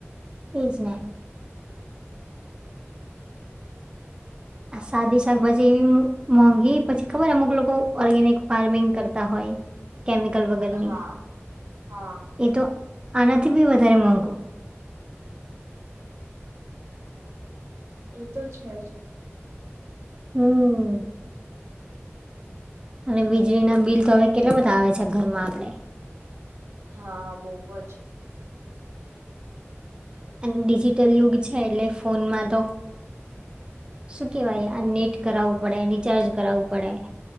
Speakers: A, on the right; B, on the right.
A: એ જ ને. આ સાદી શાકભાજી એવી મ-મોંઘી પછી ખબર અમુક લોકો ઓર્ગેનિક ફાર્મિંગ કરતા હોય. કેમિકલ વગરની.
B: હા હા
A: એ તો આનાથી બી વધારે મોંઘું!
B: એ તો છે જ.
A: હમ્મ. અને વીજળીના બિલ તો હવે કેટલા બધા આવે છે ઘરમાં આપડે.
B: હા, બોવ જ.
A: અને ડિજિટલ યુગ છે એટલે ફોનમાં તો શું કેવાય આ નેટ કરાવવું પડે, રિચાર્જ કરાવવું પડે.